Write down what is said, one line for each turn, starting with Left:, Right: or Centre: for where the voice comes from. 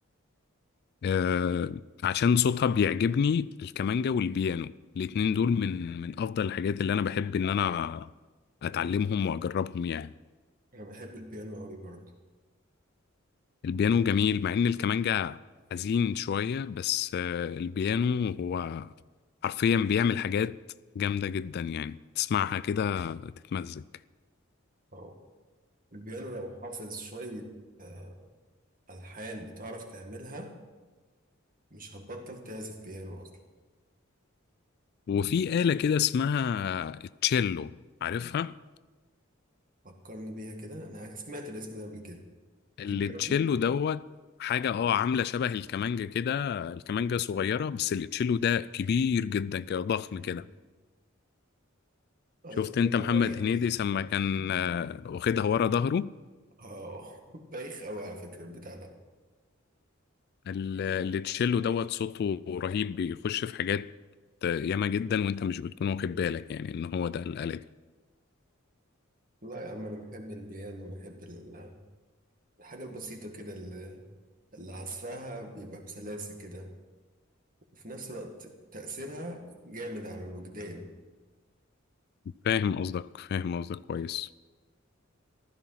Left: أه عشان صوتها بيعجبني الكمانجا والبيانو الاتنين دول من من أفضل الحاجات اللي أنا بحب إن أنا أتعلمهم وأجربهم يعني
Right: أنا بحب البيانو أوي برضو
Left: البيانو جميل مع إن الكمانجا حزين شوية بس أه البيانو هو حرفيا بيعمل حاجات جامدة جدا يعني تسمعها كده تتمزج
Right: أه البيانو لو حافظ شوية آه، ألحان بتعرف تعملها مش هتبطل تعزف بيانو أصلا
Left: وفي آلة كده اسمها التشيلو عارفها؟
Right: فكرني بيها كده أنا سمعت الاسم ده قبل كده
Left: التشيلو
Right: كبيرة دي؟
Left: دوت حاجة اه عاملة شبه الكمانجة كده الكمانجة صغيرة بس التشيلو ده كبير جدا كده ضخم
Right: مم.
Left: كده
Right: أيوة
Left: شفت
Right: ده
Left: انت
Right: ده
Left: محمد
Right: بايخ
Left: هنيدي
Right: ده
Left: لما كان آه، واخدها ورا ظهره
Right: أه <laughs> بايخ أوي على فكرة البتاع ده
Left: ال- التشيلو دوت صوته رهيب بيخش في حاجات آه، ياما جدا وانت مش بتكون واخد بالك يعني ان هو ده الآلة دي
Right: لا يا عم أنا بحب البيانو بحب ال- الحاجة البسيطة كده اللي عزفها بيبقى بسلاسة كده وفي نفس الوقت تأثيرها جامد على الوجدان
Left: فاهم قصدك فاهم قصدك كويس